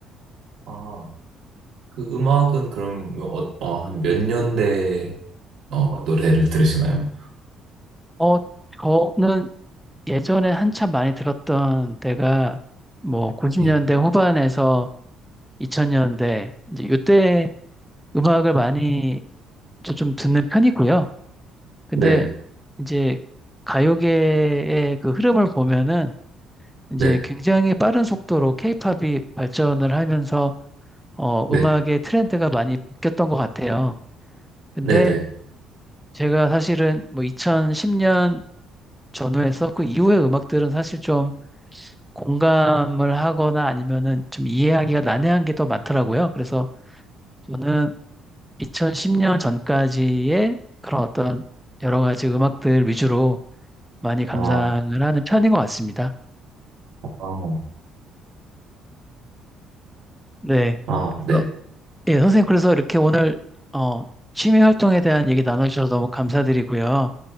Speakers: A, on the right; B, in the centre.
A: 아, 그 음악은 그럼 뭐, 어, 아, 한몇 년대 어, 노래를 들으시나요?
B: 어, 저는 예전에 한참 많이 들었던 때가 뭐 90년대
A: 예.
B: 후반에서 2000년대 이제 이때 음악을 많이 저 좀 듣는 편이고요. 근데
A: 네,
B: 이제 가요계의 그 흐름을 보면은 이제
A: 네,
B: 굉장히 빠른 속도로 케이팝이 발전을 하면서 어,
A: 네,
B: 음악의 트렌드가 많이 바뀌었던 것 같아요. 근데
A: 네, 네.
B: 제가 사실은 뭐 2010년 전후에서 그 이후의 음악들은 사실 좀 공감을 하거나 아니면은 좀 이해하기가 난해한 게 더 많더라고요. 그래서 저는 2010년 전까지의 그런 어떤 여러 가지 음악들 위주로 많이 감상을
A: 아,
B: 하는 편인 것 같습니다.
A: 어,
B: 네.
A: 아,
B: 그래서
A: 네,
B: 예, 선생님 그래서 이렇게 오늘 어, 취미 활동에 대한 얘기 나눠주셔서 너무 감사드리고요.